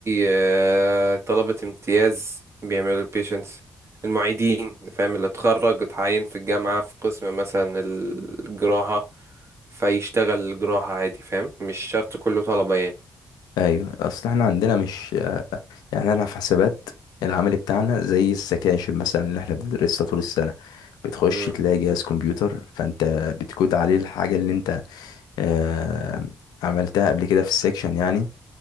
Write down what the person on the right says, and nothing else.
آه، طلبة امتياز بيعملوا البيشنتس المعيدين فاهم اللي اتخرج اتعين في الجامعة في قسم مثلا الجراحة فيشتغل الجراحة عادي فاهم مش شرط كله طلبة يعني
مم،